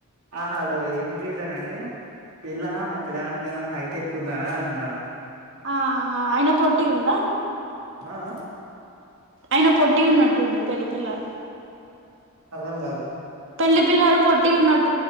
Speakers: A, on the right; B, on the right.
A: ఆ హలో ఏం రీసన్ అంటే పిల్లా మా పిలగాని కన్నా హైటెక్ ఉంది అని అన్నాడంట
B: ఆహా అయిన పొట్టిగుండ
A: ఆ అ
B: ఐన పొట్టి ఉన్నట్టుండు పెళ్ళిపిల్లగాడు
A: అర్థం గాలే
B: పెళ్లి పిల్లాడు పొట్టి ఉన్నటు